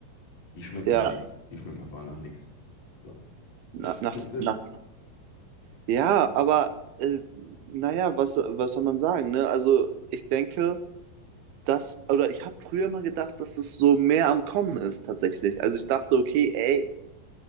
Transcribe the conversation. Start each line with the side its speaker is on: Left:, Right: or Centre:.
Left: Die schmeckt
Right: ja,
Left: nach nichts. Die schmeckt einfach nach nichts. So.
Right: na, nach,
Left: <laughs>
Right: nach, ja, aber, äh, naja, was, was soll man sagen, ne? Also, ich denke, das, oder ich habe früher mal gedacht, dass das so mehr am Kommen ist tatsächlich. Also ich dachte, okay, ey,